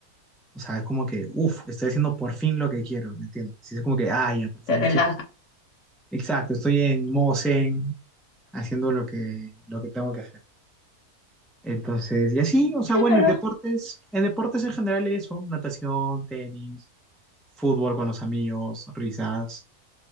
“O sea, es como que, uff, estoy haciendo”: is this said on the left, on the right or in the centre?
Centre